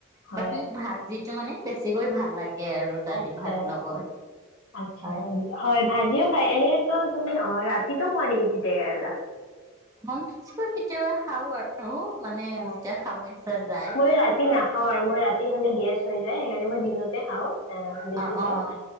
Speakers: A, on the left; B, on the right.
A: হয়
B: বাট মোক ভাজিটো মানে বেছিকৈ ভাল লাগে। আৰু দালি
A: আচ্ছা
B: ভাত লগত।
A: আচ্ছা
B: অ',
A: হয় ভাজিও খাই এনে তো তুমি অঁ ৰাতিতো খোৱা নেকি তিতেকেৰেলা
B: অঁ কি কেতিয়াবা খাও আৰু মানে
A: আচছা
B: যেতিয়া খাব ইচ্ছা যায়।
A: মই ৰাতি নাখাওঁ আৰু মই ৰাতি ৰাতি খালে গেছ হৈ যায় সেইকাৰণে মই দিনতে খাওঁ আহ বেছিভাগ
B: অ', অ',